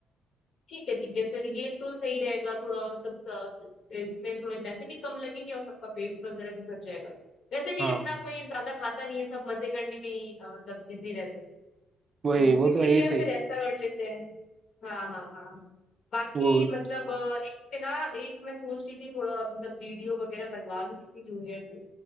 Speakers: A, on the left; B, on the right.
A: ठीक है ठीक है फिर ये तो सही रहेगा थोड़ा मतलब अ, इस- इसमें थोड़े पैसे भी कम लगेंगे और सबका पेट वगैरह भी भर जाएगा वैसे भी
B: हाँ
A: इतना कोई ज्यादा खाता नहीं है सब मजे करने में ही अ, मतलब बिजी रहते हैं
B: वही
A: तो
B: वो
A: फिर
B: तो
A: ठीक
B: ऐसे ही
A: है
B: सही
A: फिर ऐसा कर लेते हैं हाँ हाँ हाँ बाकी
B: वो
A: मतलब अ, एक पे ना एक मैं सोच रही थी थोड़ा मतलब वीडियो वगैरह बनवा लूँ किसी जूनियर से